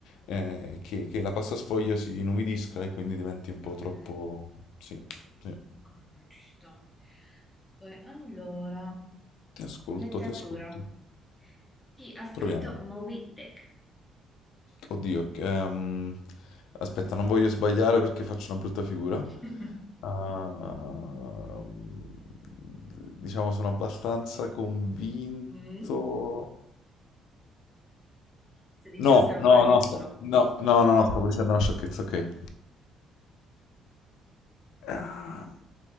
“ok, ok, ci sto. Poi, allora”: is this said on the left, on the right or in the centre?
Centre